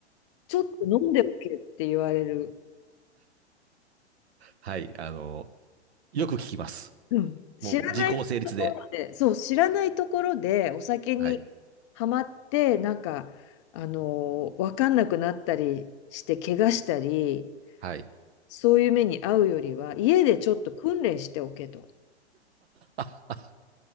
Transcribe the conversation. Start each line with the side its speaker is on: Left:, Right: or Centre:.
Left: ちょっと飲んでおけって言われる
Right: はい、あの、よく聞きます。
Left: うん。知らないところで、
Right: もう、時効成立で。
Left: そう、知らないところでお酒にはまって、
Right: はい、
Left: なんか、あのー、わかんなくなったりして、怪我したり、
Right: はい。
Left: そういう目に遭うよりは、家でちょっと訓練しておけと。
Right: あ、